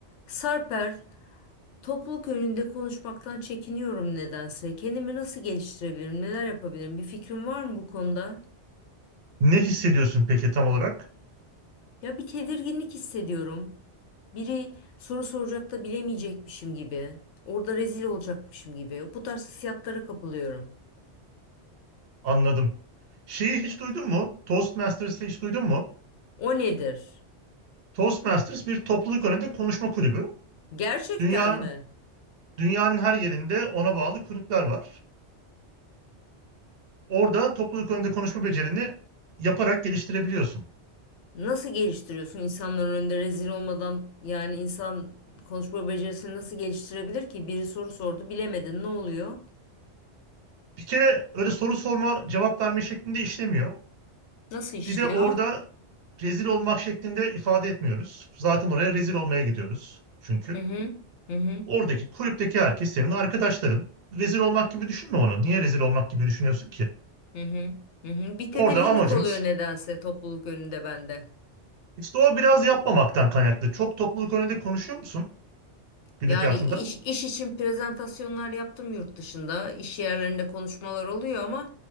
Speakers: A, on the left; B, on the right.
A: Sarper, topluluk önünde konuşmaktan çekiniyorum nedense. Kendimi nasıl geliştirebilirim, neler yapabilirim? Bir fikrin var mı bu konuda?
B: Ne hissediyorsun peki tam olarak?
A: Ya bir tedirginlik hissediyorum. Biri soru soracak da bilemeyecekmişim gibi. Orada rezil olacakmışım gibi. Bu tarz hissiyatlara kapılıyorum.
B: Anladım. Şeyi hiç duydun mu? Toastmasters'ı hiç duydun mu?
A: O nedir?
B: Toastmasters bir topluluk önünde konuşma kulübü.
A: Gerçekten
B: Dünyanın,
A: mi?
B: dünyanın her yerinde ona bağlı kulüpler var. Orada topluluk önünde konuşma becerini yaparak geliştirebiliyorsun.
A: Nasıl geliştiriyorsun insanların önünde rezil olmadan yani insan konuşma becerisini nasıl geliştirebilir ki? Biri soru sordu, bilemedin. Ne oluyor?
B: Bir kere öyle soru sorma, cevap verme şeklinde işlemiyor.
A: Nasıl işliyor?
B: Bir de orada rezil olmak şeklinde ifade etmiyoruz. Zaten oraya rezil olmaya gidiyoruz çünkü.
A: Hı hı. Hı hı.
B: Oradaki kulüpteki herkes senin arkadaşların. Rezil olmak gibi düşünme onu. Niye rezil olmak gibi düşünüyorsun ki?
A: Hı hı. Hı hı. Bir tedirginlik
B: Orada amacımız
A: oluyor nedense topluluk önünde bende.
B: işte o biraz yapmamaktan kaynaklı. Çok topluluk önünde konuşuyor musun günlük
A: Yani
B: hayatında?
A: iş, iş için prezentasyonlar yaptım yurt dışında. İş yerlerinde konuşmalar oluyor ama